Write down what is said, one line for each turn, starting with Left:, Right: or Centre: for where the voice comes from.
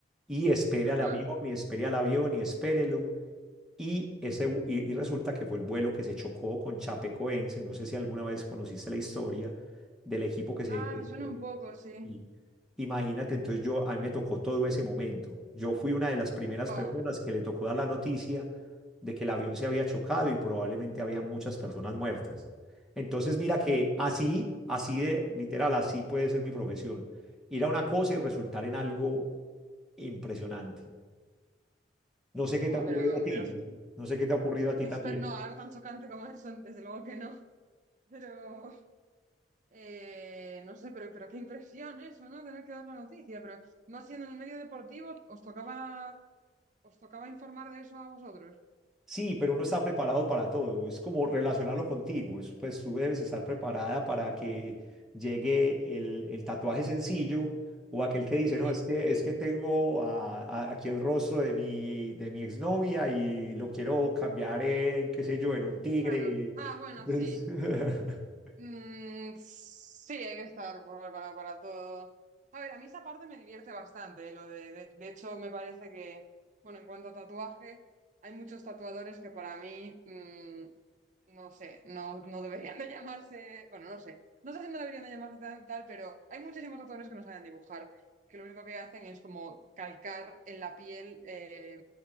Centre: Y espere
Right: Ajá.
Centre: al avión, y espere al avión, y espérelo. Y, ese, vu- y, y resulta que fue el vuelo que se chocó con Chapecoense. No sé si alguna vez conociste la historia del equipo que se...
Right: Ah,
Centre: que
Right: me
Centre: se
Right: suena
Centre: chocó.
Right: un poco, sí.
Centre: Y Imagínate, entonces yo, a mí me tocó todo ese momento. Yo fui una de las primeras
Right: Wow.
Centre: personas que le tocó dar la noticia de que el avión se había chocado y probablemente había muchas personas muertas. Entonces mira que así, así de literal, así puede ser mi profesión. Ir a una cosa y resultar en algo impresionante. No sé
Right: Wow,
Centre: qué te ha ocurrido
Right: pero,
Centre: a ti.
Right: pero...
Centre: No sé qué te ha ocurrido a ti
Right: ¿qué
Centre: también.
Right: esper- no, algo tan chocante como eso, desde luego que no. Pero... Eh, no sé, pero, pero qué impresión eso, ¿no? Tener que dar la noticia, pero más siendo en el medio deportivo, os tocaba, os tocaba informar de eso a vosotros. <laughs>
Centre: Sí, pero uno está preparado para todo. Es como relacionarlo contigo. es, pues tú debes estar preparada para que llegue el, el tatuaje sencillo o aquel que dice,
Right: Sí,
Centre: no, es que, es que tengo a- a- aquí el rostro de mi, de mi exnovia y lo quiero cambiar en, qué sé yo, en un tigre.
Right: Claro. Ah, bueno,
Centre: Entonces,
Right: sí.
Centre: <laughs>
Right: Mm, sí, hay que estar preparado para todo. A ver, a mí esa parte me divierte bastante, lo de, de, de hecho me parece que, bueno, en cuanto a tatuaje, hay muchos tatuadores que para mí mm, no sé, no, no deberían de llamarse, bueno, no sé, no sé si no deberían de llamarse tan- tal, pero hay muchísimos autores que no saben dibujar, que lo único que hacen es como calcar en la piel eh,